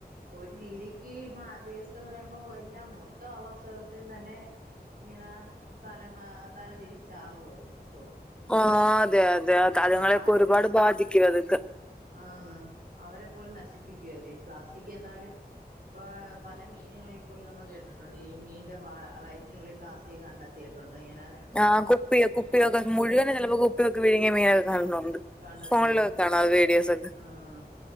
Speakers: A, on the right; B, in the centre.
A: ഒരു രീതിക്ക് മാ വേസ്റ്റന്നറയുമ്പോ എല്ലാം മൊത്തം ആവാസവ്യവസ്ഥയും തന്നെ ഇങ്ങനെ തല മ തലതിരിച്ചാവേ അത് മൊത്തവും
B: ആഹ് അതെഅതെയതെ തലങ്ങളെയൊക്കെ
A: ആ ആ
B: ഒരുപാട്
A: ജി
B: ബാധിക്കുതക്കെ
A: ആന്ന് അവരെ പോലും നശിപ്പിക്കുല്ലേ ഈ പ്ലാസ്റ്റിക് എന്നാലും ഇപ്പ പല മീനുകളൾ പോലും നമ്മൾ കേട്ടിട്ടുണ്ട് ഈ മീന്റെ വ വയറ്റിനുള്ളിൽ പ്ലാസ്റ്റിക് കണ്ടത്തി ത്തിയിട്ടുണ്ട് ഇങ്ങനാ
B: ആഹ് കുപ്പിയ കുപ്പിയൊക്കെ മുഴുവനെ ചെലപ്പോ കു പ്പിയൊക്കെ വിഴുങ്ങിയ മീനൊക്ക കാണുന്നുണ്ട്
A: കണ്ടിട്ടുണ്ട്
B: ഫോണിലൊക്കെ കാണതേ വീഡിയോസൊക്കെ
A: ആഹ്